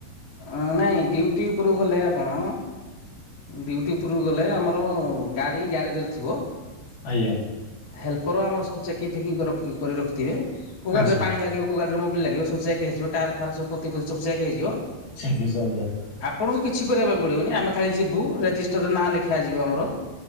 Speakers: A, on the left; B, on the left.
A: ଅଁ ନାଇଁ ଡ୍ୟୁଟି ଉପରୁକୁ ଗଲେ ଆପଣ ଡିଉଟି ଉପୁରୁକୁ ଗଲେ ଆମର ଗାଡି ଗ୍ୟାରେଜରେ ଥିବ
B: ଆଜ୍ଞା।
A: ହେଲ୍ପର ଆମର ସବୁ ଚେକିଂ ଫେକିଂ କରି ରଖି କରି ରଖିଥିବେ କୋଉ
B: ଆଚ୍ଛା
A: ଗାଡିରେ ପାଣି ଲାଗିବ କୋଉ ଗାଡିରେ ମୋବିଲ୍ ଲାଗିବ ସବୁ ଚେକ୍ ହେଇଯିବ ଟାୟାର୍ ଫାୟାର୍ ପୋତି ଫୋତି ସବୁ ଚେକ୍ ହେଇଯିବ
B: <unintelligible>
A: ଆପଣଙ୍କୁ କିଛି କରିବା ପାଇଁ ପଡିବନି ଆମେ ଖାଲି ଯିବୁ ରେଜିଷ୍ଟରରେ ନାଁ ଲେଖିବା ଯିବ ଆମର